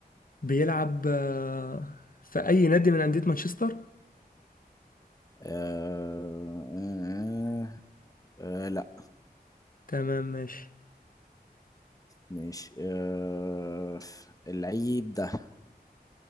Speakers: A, on the left (about 55°); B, on the left (about 20°).
A: بيلعب آه، في أي نادي من أندية مانشستر
B: آه آه آه آه، لا
A: تمام ماشي
B: ماشي آه اللعيب ده